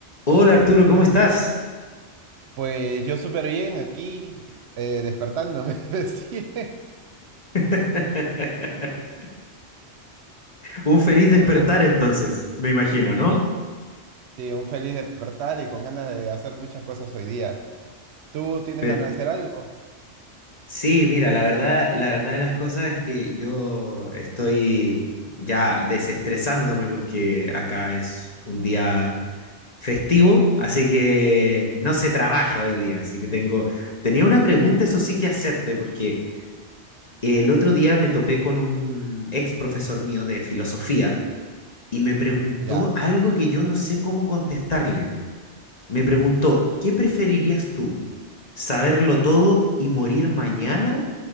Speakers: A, on the left (about 40°); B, on the right (about 70°).
A: Hola Arturo, ¿cómo estás?
B: Pues yo súper bien aquí, eh, despertándome <laughs> recién.
A: <laughs> Un feliz
B: Bueno,
A: despertar entonces, me imagino,
B: sí.
A: ¿no?
B: Sí, un feliz despertar y con ganas de hacer muchas cosas hoy día. ¿Tú tienes
A: Pero,
B: ganas de hacer algo?
A: sí, mira, la verdad, la verdad de las cosas es que yo estoy ya desestresándome porque acá es un día festivo, así que no se trabaja hoy día, así que tengo, tenía una pregunta, eso sí que hacerte, porque el otro día me topé con un ex profesor mío de filosofía y me preguntó
B: Ya,
A: algo que yo no sé cómo contestarle. Me preguntó, ¿qué preferirías tú? ¿Saberlo todo y morir mañana